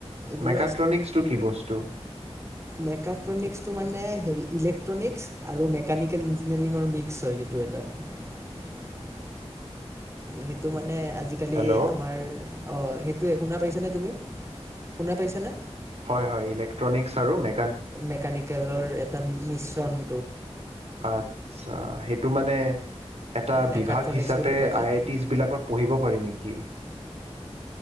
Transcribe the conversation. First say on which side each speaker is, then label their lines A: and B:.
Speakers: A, on the right (about 25°); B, on the right (about 75°).
A: এইবোৰ
B: মেক্ট্ৰনিক্ছটো কি বস্তু?
A: মেক্ট্ৰনিকসটো মানে হলেৰনিক আৰু মেকানিকেল ইঞ্জিনিয়াৰিৰ মিক্স হয় সেইটো এটা এনে তোমাৰ মানে আজিকালি
B: হেল্ল',
A: আমাৰ ত শুনা পাইছানে তুমি? শুনা পাইছা নে?
B: হয়-হয় ইলেক্ট্ৰিনিছ আৰু মে
A: মেকানিকেলৰ এটা মিশ্ৰণ।
B: আচ্ছা, সেইটো মানে, এটা
A: মেকাট্ৰনিক্স
B: বিভাগ হিচাপে
A: বুলি কোৱা যায়
B: আই আই টিচ বিলাকত পঢ়িব পাৰি নেকি?